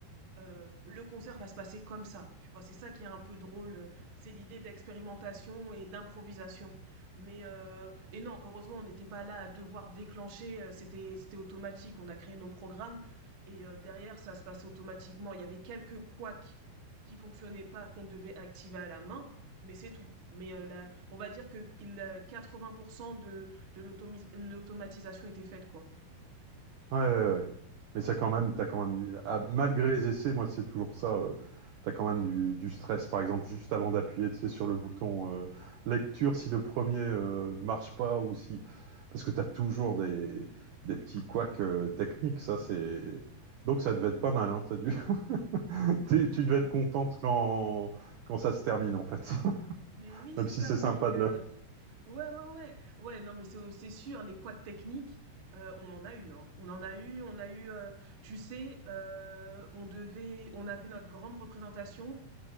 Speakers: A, on the right; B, on the right.
A: Heu, le concert va se passer comme ça, tu vois? C'est ça qui est un peu drôle, heu, c'est l'idée d'expérimentation et d'improvisation. Mais heu et non, heureusement, on n'était pas là à devoir déclencher, heu, c'était c'était automatique. On a créé nos programmes et heu, derrière, ça se passait automatiquement. Il y avait quelques couacs qui fonctionnaient pas, qu'on devait activer à la main, mais c'est tout. Mais heu, la on va dire que il, heu, 80 de de l'automis l'automatisation était faite, quoi.
B: Ouais, ouais, ouais. Mais ça quand même, t'as quand même du- ah, malgré les essais, moi c'est toujours ça. euh, t'as quand même du, du stress, par exemple, juste avant d'appuyer, tu sais, sur le bouton euh, lecture, si le premier euh, marche pas ou si, parce que t'as toujours des, des petits couacs euh, techniques. Ça c'est donc ça devait être pas mal. Hein, t'as dû... <laughs> t'es-
A: Ah,
B: tu devais
A: ah,
B: être
A: m-
B: contente quand quand ça se termine en fait, <laughs>
A: mais oui,
B: même
A: c'est
B: si
A: ça,
B: c'est
A: oui.
B: sympa de
A: euh,
B: le
A: Ouais, ouais, ouais. Ouais, non, mais c'est c'est sûr, les couacs techniques, euh, on en a eu, hein. On en a eu, on a eu, euh, tu sais, euh, on devait, on avait notre grande représentation